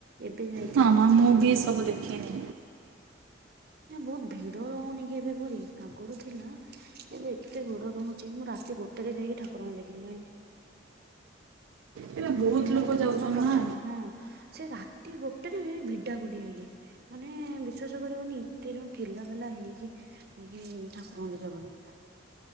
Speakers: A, on the right (about 55°); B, on the right (about 85°).
A: ଏବେ ଯାଇଥିଲି
B: ନା ନା
A: ସବୁ
B: ମୁଁ
A: ହ
B: ବି
A: ଦେଖିନି
B: ଦେଖେନି
A: ବହୁତ ଭିଡ ହଉନି କି ଏବେ ପୁରୀ ଆଗରୁ ଥିଲା ଏବେ ଏତେ ଭିଡ ରହୁଛି ମୁଁ ରାତି ଗୋଟେ ରେ ଯାଇକି ଠାକୁରଙ୍କୁ ଦେଖିଲି।
B: ଏବେ ବହୁତ
A: ଦିନରେ
B: ଲୋକ
A: ତ
B: ଯାଉଛନ୍ତି
A: ଜମା ପଶିହଉନି
B: ନା
A: ହଁ ସେ ରାତି ଗୋଟେରେ ଭିଡା ଭିଡ଼ି ହେଇ କି ମାନେ ବିଶ୍ୱାସ କରିବନି ଏତେ ଯୁ ଠେଲା ପେଲା ହେଇକି କି ଠାକୁରଙ୍କୁ ଦେଖାବା ପାଇଁ।